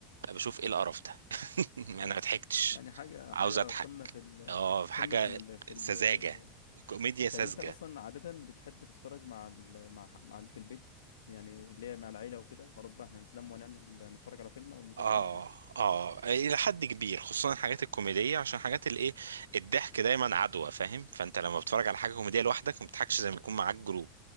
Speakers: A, on the right; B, on the left.
A: بشوف ايه القرف ده <laughs>
B: اه
A: انا ما ضحكتش
B: يعني حاجه
A: عاوز
B: حاجه
A: اضحك
B: قمه في ال
A: اه حاجه
B: قمه في ال في ال
A: سذاجه كوميديا ساذجه
B: طب انت اصلا عاده بتحب تتفرج مع ال مع مع في البيت يعني اللي هي مع العيله وكده خلاص بقى احنا نتلم ونعمل نتفرج على فيلم او مسلسل
A: اه
B: مع بعض
A: اه الى حد كبير خصوصا الحاجات الكوميديه عشان حاجات الايه الضحك دايما عدوى فاهم فانت لما بتتفرج على حاجه كوميديه لوحدك ما بتضحكش زي ما يكون معاك جروب